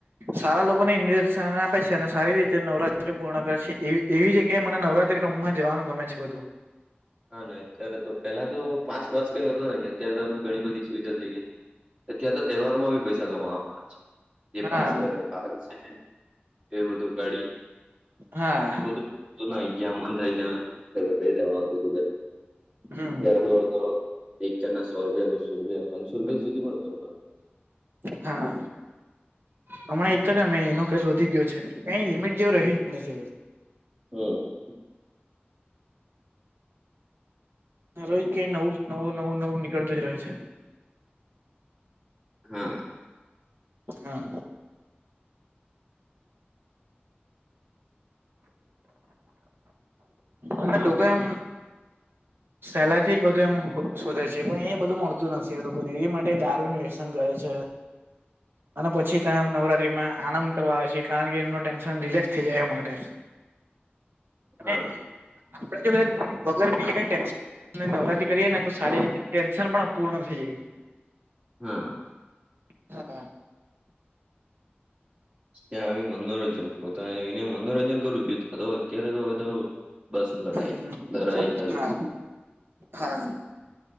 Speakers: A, on the right; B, on the right.
A: સારા લોકોને ઇન્ર્શન આપે છે અને સારી રીતે નવરાત્રી પૂર્ણ કરે છે એવી એવી જગ્યાએ મને નવરાત્રી રમમાં જવાનું ગમે છે. બધું
B: હા, ને અત્યારે તો પેલા તો પાસ પાસ કઈ હતો નઈ અત્યારે તો ઘણી બધી સુવિધા થઈ ગઈ છે. અત્યાંરે તો તહેવારમાં બી પૈસા કમાવામાં છે જે
A: હા
B: પાસ કર છે, એ બધું ગાડી
A: હા
B: એ બધું ના, મન થાય ત નાહી ગયા કહી દેવા હત તું પેલા
A: હમ
B: ત્યાર તો એક જણના સો રૂપિયા, બસો રૂપિયા, પાંસો રૂપિયા સુધી મળે અમારે
A: હા. હમણા એજ તો કેમે એનો કેસ વધી ગયો છે, કઈ લિમિટ જેવું રહ્યું જ નથી.
B: હમ્મ.
A: જ કઈ નવું-નવું નીકળતું જ રહે છે.
B: હા.
A: હા. અને લોકો એમ સહેલા થી જ બધું એમ શોધે છે પણ એ બધું મળતું નથી. એ લોકોને એ માટે દારૂ વ્યસ્ પસંદ કરે છે. અને પછી ત નવરાત્રીમાં આનંદ કરવા આવે છે, કારણ કે એમનું ટેન્શન રિલેક્સ થઈ જાય એ માટે. અને
B: હા
A: આપણેે જે બધા વગર પીએ ક નવરાત્રી કરીએ ને તો સારી રીતે ટેન્શન પણ પૂર્ણ થઈ જાય.
B: હા.
A: હા.
B: ત્યાં આવી મનોરંજન કરવું, ત આવીને મનોરંજન કરવું જોઈ તો અત્યારે તો હવે તો બસ લડાઈ,
A: હા હમ
B: લડાઈ કર
A: હા હા.